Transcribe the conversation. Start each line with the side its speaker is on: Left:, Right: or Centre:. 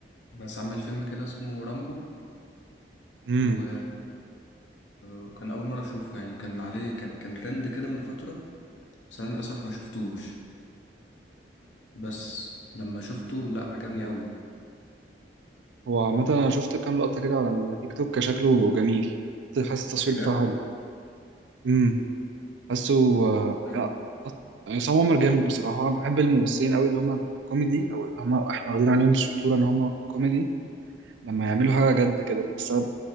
Left: بس عامل فيلم كده اسمه رامبو
Right: امم
Left: و... آه، وكان اول مره اشوفه يعني كان عليه كان كان ترند كده من فتره بس انا للاسف ما شفتوش بس لما شفته لا عجبني قوي
Right: هو عامه انا شفت كام لقطه كده على التيك توك شكله جميل حاسس التصوير
Left: بجد
Right: بتاعه حلو امم حاسه آه،
Left: مم.
Right: لا، أص- عصام عمر جامد بصراحه انا بحب الممثلين قوي اللي هم كوميدي او اللي هم احنا واخدين عليهم صوره ان هم كوميدي لما يعملوا حاجه جد كده بحسها